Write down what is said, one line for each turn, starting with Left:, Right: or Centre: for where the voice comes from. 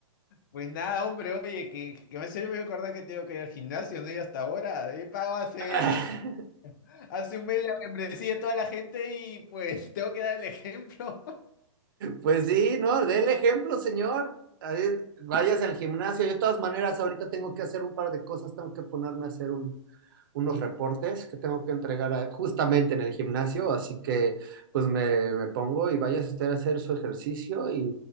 Left: pues nada, hombre, oye, que, que me hace me acordar que tengo que ir al gimnasio, no he ido hasta ahora. He pagado hace,
Right: <laughs>
Left: hace un mes la membresía de toda la gente y pues <laughs> tengo que dar el ejemplo. <laughs>
Right: pues sí, ¿no? dé el ejemplo, señor. Ahí, Váyase al gimnasio. Yo de todas maneras, ahorita tengo que hacer un par de cosas, tengo que ponerme a hacer un, unos reportes que tengo que entregar a- justamente en el gimnasio, así que pues me, me pongo y vayas usted a hacer su ejercicio y